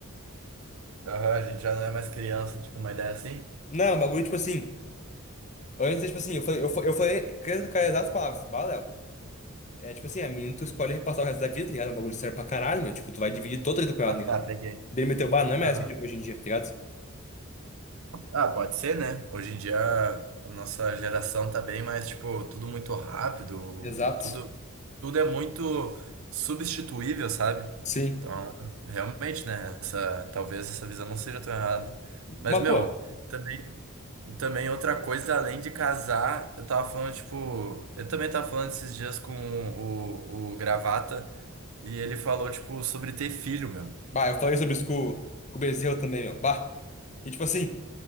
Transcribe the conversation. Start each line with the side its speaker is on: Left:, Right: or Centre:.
Right: Aham, a gente já não é mais criança, tipo, uma ideia assim.
Left: Não, é um bagulho, tipo assim, antes, é, tipo assim, eu falei, eu, fa- eu falei, com as com as exatas palavras, bah, Léo, é tipo assim, a menina tu escolhe repassar o resto da vida, tá ligado? É um bagulho sério pra caralho, meu, tipo, tu vai dividir toda a vida com ela,
Right: Ah,
Left: tá
Right: tá,
Left: ligado?
Right: peguei.
Left: Dele meteu, bah, não é mais
Right: Aham.
Left: assim de- hoje em dia, tá ligado?
Right: Ah, pode ser, né? Hoje em dia a nossa geração tá bem mais, tipo, tudo muito rápido,
Left: Exato.
Right: tudo, tudo é muito substituível, sabe?
Left: Sim.
Right: Então, realmente, né? Essa, talvez essa visão não seja tão errada.
Left: Mas,
Right: Mas, meu,
Left: pô,
Right: também, também outra coisa, além de casar, eu tava falando, tipo, eu também tava falando esses dias com o, o Gravata e ele falou, tipo, sobre ter filho, meu.
Left: bah, eu falei sobre isso com, com o Bezerro também, ó. Bah. E tipo assim,